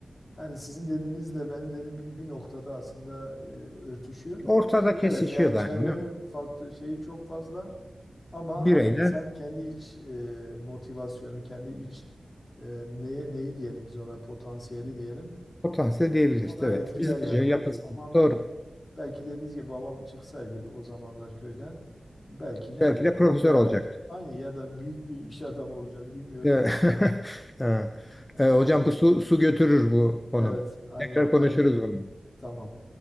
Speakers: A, on the left; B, on the left.
A: yani sizin dediğinizle benim dediğim bir, bir noktada aslında e, örtüşüyor.
B: Ortada kesişiyor
A: Evet yani
B: yani
A: çevrenin
B: değil mi?
A: farklı şeyi çok fazla ama
B: Bireyler
A: hani insanın kendi iç e, motivasyonu, kendi iç e, neye- neyi diyelim biz ona potansiyeli diyelim.
B: potansiyel diyebiliriz.
A: O da
B: Evet.
A: etkiler
B: Biz
A: yani
B: yapısı.
A: hani tamamen
B: Doğru.
A: belki dediğiniz gibi babam çıksaydı o zamanlar köyden belki ne
B: Belki
A: bileyim
B: de
A: çok
B: profesör
A: daha
B: olacaktı.
A: aynı ya da büyük bir iş adamı olacak bilmiyorum.
B: Evet. <laughs> Ha.
A: Aynen.
B: E, hocam bu su, su götürür bu
A: Evet,
B: konu.
A: aynen
B: Tekrar konuşuruz
A: ben.
B: bunu.
A: Tamam.